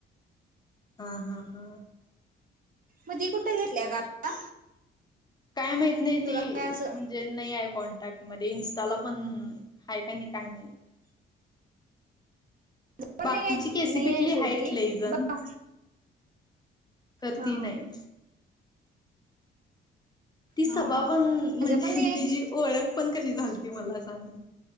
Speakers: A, on the left; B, on the right.
A: हा हा हा.
B: मग ती कुठे घेतल्या ग आता?
A: काय माहित नाही
B: तुला
A: ती
B: काय असं
A: म्हणजे नाही आहे कॉन न्टॅक्ट मध्ये, इंस्टाला पण हाय का नाही? काय माहित?
B: पण
A: बाकीची
B: नाही
A: केसीपीतली
B: नाही आहे सोड
A: हायत
B: ती
A: लई जण
B: बा
A: खर
B: हा.
A: ती नाही. ती सबा
B: हा हा
A: पण
B: माझ्या
A: म्हणजे
B: पण नाही आहेत
A: तिची ओळख पण कशी झालती? मला सांग